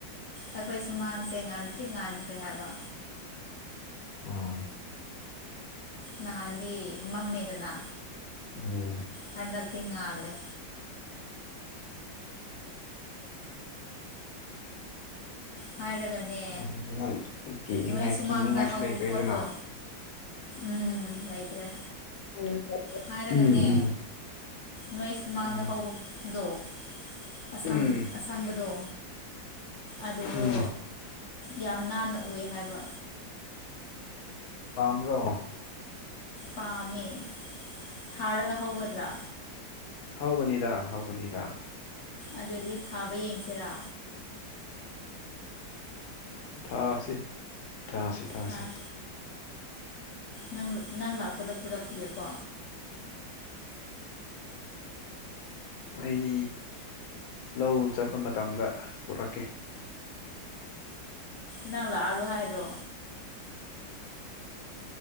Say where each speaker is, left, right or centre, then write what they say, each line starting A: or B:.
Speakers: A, on the left; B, on the left.
A: ꯑꯩꯈꯣꯏ ꯁꯨꯃꯥꯡꯁꯦ ꯉꯥꯟꯇ꯭ꯔꯤ ꯉꯥꯟꯈ꯭ꯔꯦ ꯍꯥꯏꯕ
B: ꯑꯣ
A: ꯅꯍꯥꯟꯗꯤ ꯃꯝꯃꯦꯗꯅ
B: ꯎꯝ
A: ꯍꯟꯗꯛꯇꯤ ꯉꯥꯜꯂꯦ ꯍꯥꯏꯔꯒꯅꯦ
B: ꯑꯗꯨꯗꯤ ꯅꯪ ꯀꯤꯅꯤꯡꯉꯥꯏ
A: ꯅꯣꯏ ꯁꯨꯃꯥꯡꯗ
B: ꯀꯤꯅꯤꯡꯉꯥꯏꯁꯨ
A: ꯍꯧꯕ
B: ꯂꯩꯇ꯭ꯔꯦꯗꯅ
A: ꯄꯣꯠꯇꯣ ꯎꯝ ꯂꯩꯇ꯭ꯔꯦ
B: ꯎꯝ
A: ꯍꯥꯏꯔꯒꯅꯦ
B: ꯎꯝ ꯎꯝ
A: ꯅꯣꯏ ꯁꯨꯃꯥꯡꯗ
B: ꯎꯝ
A: ꯍꯧꯕꯗꯣ ꯑꯁꯥꯡ
B: ꯎꯝ
A: ꯑꯁꯪꯕꯗꯣ ꯑꯗꯨꯗꯣ
B: ꯎꯝ
A: ꯌꯥꯝ ꯅꯥꯟꯅ ꯑꯣꯏ ꯍꯥꯏꯕ
B: ꯄꯥꯝꯕꯔꯣ
A: ꯄꯥꯝꯃꯦ ꯊꯥꯔꯒ ꯍꯧꯒꯗ꯭ꯔꯥ
B: ꯍꯧꯒꯅꯤꯗ ꯍꯧꯒꯅꯤꯗ
A: ꯑꯗꯨꯑꯣꯏꯗꯤ ꯊꯥꯕ ꯌꯦꯡꯁꯤꯔꯥ
B: ꯊꯥꯁꯤ ꯊꯥꯁꯤ ꯊꯥꯁꯤ
A: ꯊꯥꯏ ꯅꯪ ꯅꯪ ꯂꯥꯛꯄꯗ ꯄꯨꯔꯛꯄꯤꯌꯨ ꯀꯣ
B: ꯑꯩ ꯂꯧ ꯆꯠꯄ ꯃꯇꯝꯗ ꯄꯨꯔꯛꯀꯦ
A: ꯅꯪ ꯂꯥꯛ ꯑꯔꯣꯢ ꯍꯥꯏꯥꯔꯣ